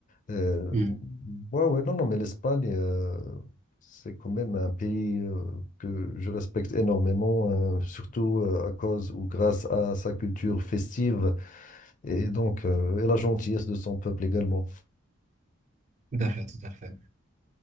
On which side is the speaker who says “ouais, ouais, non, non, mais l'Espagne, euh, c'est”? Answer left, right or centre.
Left